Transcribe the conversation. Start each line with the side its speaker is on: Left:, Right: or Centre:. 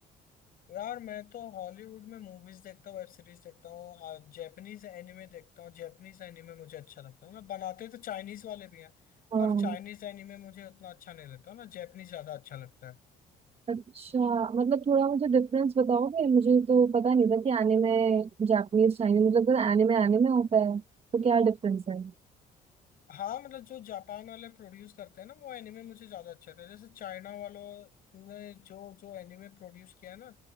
Left: यार मैं तो हॉलीवुड में मूवीज देखता हूँ वेब सीरीज देखता हूँ जैपनीज एनिमे देखता हूँ जैपनीज एनिमे मुझे अच्छा लगता है मतलब बनाते तो चाइनीज वाले भी हैं
Right: हाँ
Left: पर चाइनीज एनिमे मुझे उतना अच्छा नहीं लगता ना जैपनीज ज्यादा अच्छा लगता है
Right: अच्छा मतलब थोड़ा मुझे डिफरेंस बताओगे मुझे तो पता नहीं था कि एनिमे जापानीज चाइनीज मतलब एनिमे एनिमे होता है तो क्या डिफरेंस है
Left: हाँ मतलब जो जापान वाले प्रोड्यूस करते हैं ना वो एनिमे मुझे ज्यादा अच्छे लगते हैं जैसे चाइना वालों ने जो जो एनिमे प्रोड्यूस किया है ना